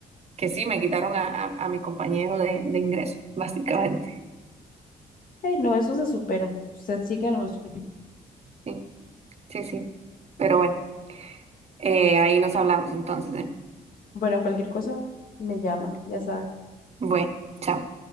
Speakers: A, on the right; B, on the left.
A: que sí, me quitaron a, a- a mi compañero de, de ingreso, básicamente.
B: Ey, no, eso se supera. Usted sigue en lo suyo.
A: sí. sí, sí. Pero bueno, eh, ahí nos hablamos entonces, ¿eh?
B: Bueno, cualquier cosa me llama, ya sabe.
A: Bueno, chao.